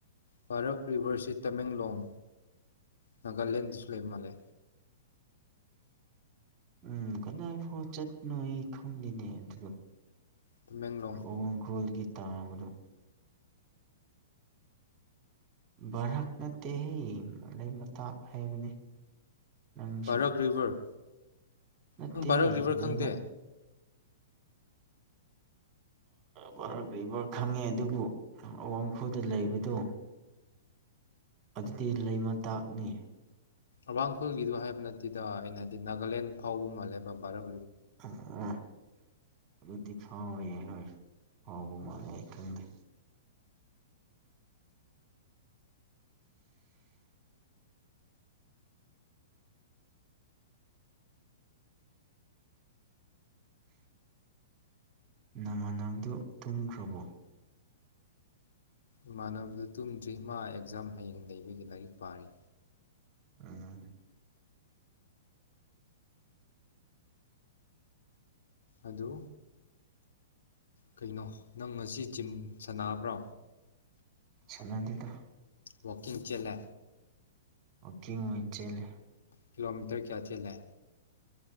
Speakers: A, on the left (about 75°); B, on the right (about 35°).
A: ꯚꯥꯔꯛ ꯚꯔꯁꯤ ꯇꯃꯦꯡꯂꯣꯡ ꯅꯥꯒꯥꯂꯦꯟꯗꯁꯨ ꯂꯩ ꯃꯥꯜꯂꯦ
B: ꯎꯝ ꯀꯗꯥꯏ ꯐꯥꯎ ꯆꯠꯄꯅꯣ ꯑꯩ ꯈꯪꯗꯦꯅꯦ ꯑꯗꯨꯗꯣ
A: ꯇꯃꯦꯡꯂꯣꯡ
B: ꯑꯣꯪꯈꯣꯜꯒꯤ ꯇꯥꯡꯕꯗꯣ ꯚꯥꯔꯥꯛ ꯅꯠꯇꯦꯍ ꯃꯔꯩ ꯃꯇꯥꯛ ꯍꯥꯏꯕꯅꯤ ꯅꯪꯁꯨ
A: ꯚꯥꯔꯛ ꯔꯤꯚꯔ
B: ꯅꯠꯇꯦ
A: ꯅꯪ ꯚꯥꯔꯛ ꯔꯤꯚꯔ
B: ꯂꯩꯃꯠ
A: ꯈꯪꯗꯦ
B: ꯐꯔꯛꯂꯤꯕ ꯈꯪꯉꯦ ꯑꯗꯨꯕꯨ ꯑꯋꯥꯡꯈꯨꯗ ꯂꯩꯕꯗꯨ ꯑꯗꯨꯗꯤ ꯂꯩꯃ ꯇꯥꯛꯅꯤ
A: ꯑꯋꯥꯡꯈꯨꯜꯒꯤꯗꯨꯣ ꯍꯥꯏꯕ ꯅꯠꯇꯦꯗ ꯑꯩꯅ ꯍꯥꯏꯗꯤ ꯅꯥꯒꯥꯂꯦꯟ ꯐꯥꯎꯕ ꯃꯥꯜꯂꯦꯕ ꯚꯔ
B: ꯑꯣ ꯑꯗꯨꯗꯤ ꯐꯥꯎꯔꯤꯌꯦ ꯍꯣꯏ ꯍꯥꯎꯕ ꯃꯥꯂꯦ ꯑꯩ ꯈꯪꯗꯦ꯫ ꯅꯃꯅꯕꯗꯨ ꯇꯨꯝꯈ꯭ꯔꯕꯣ
A: ꯏꯃꯥꯟꯅꯕꯗꯨ ꯇꯨꯝ ꯗ꯭ꯔꯤꯃꯥ ꯑꯦꯛꯖꯥꯝ ꯍꯌꯦꯡ ꯂꯩꯕꯒꯤ ꯂꯥꯏꯔꯤꯛ ꯄꯥꯔꯤ
B: ꯎꯝ
A: ꯑꯗꯨ ꯀꯩꯅꯣ ꯅꯪ ꯉꯁꯤ ꯖꯤꯝ ꯁꯥꯟꯅꯕ꯭ꯔꯣ
B: ꯁꯅꯗꯦꯗ
A: ꯋꯥꯀꯤꯡ ꯆꯦꯂꯦ
B: ꯋꯥꯀꯤꯡ ꯑꯣꯏ ꯆꯦꯂꯦ
A: ꯀꯤꯂꯣꯃꯤꯇꯔ ꯀꯌꯥ ꯆꯦꯜꯂꯦ